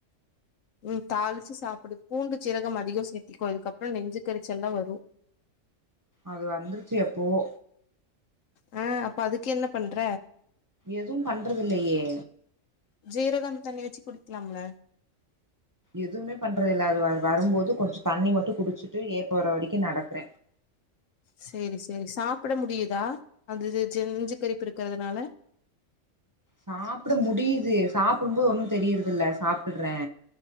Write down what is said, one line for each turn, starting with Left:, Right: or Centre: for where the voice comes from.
Left: <inaudible> உம் தாளிச்சு சாப்பிடு பூண்டு சீரகம் அதிகம் சேர்த்திக்கும் அதுக்கப்புறம் நெஞ்சு கறிச்ச எல்லாம் வரும்
Right: அது வந்துருச்சு எப்போவோ
Left: ன அப்ப அதுக்கு என்ன பண்ற
Right: எதும் பண்றது இல்லையே
Left: ஜீரகம் தண்ணி வச்சு குடிக்லாம்ல
Right: எதுமே பண்றதல்ல அது வ வரும்போது கொஞ்சம் தண்ணி மட்டும் குடிச்சுட்டு ஏப்ப வர வரைக்கும் நடக்கற
Left: சேரி சேரி சாப்பிட முடியுதா அது ஜ நஞ்சு கரிப்பு இருக்கிறதுனால
Right: சாப்ட முடியுது சாப்டும்போது ஒன்னு தெரியறது இல்ல சாப்பிடுறே